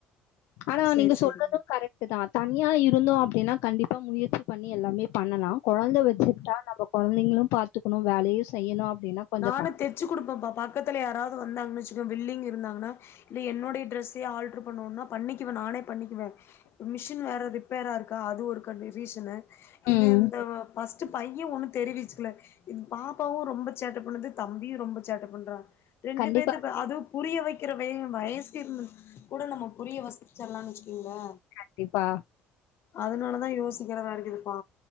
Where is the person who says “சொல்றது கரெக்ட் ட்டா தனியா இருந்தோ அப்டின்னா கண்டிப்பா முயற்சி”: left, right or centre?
Left